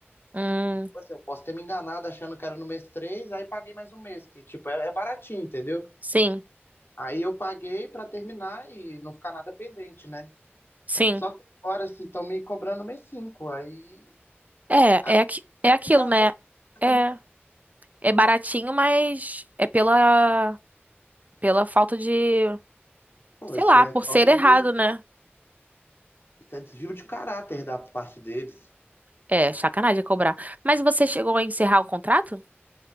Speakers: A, on the right; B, on the left.
A: Hum,
B: Tipo assim, eu posso ter me enganado achando que era no mês 3. aí paguei mais um mês, que tipo, é, é baratinho, entendeu?
A: sim,
B: Aí eu paguei pra terminar e não ficar nada pendente, né?
A: sim.
B: Só que agora, assim, estão me cobrando mês 5. Aí,
A: É,
B: agora
A: é, aqui, é aquilo,
B: pegar
A: né?
B: lá,
A: É,
B: né?
A: é baratinho, mas é pela, pela falta de,
B: Pô,
A: sei
B: isso
A: lá,
B: é
A: por
B: falta
A: ser errado,
B: de.
A: né?
B: Isso é desvio de caráter da parte deles.
A: É, sacanagem cobrar. Mas você chegou a encerrar o contrato?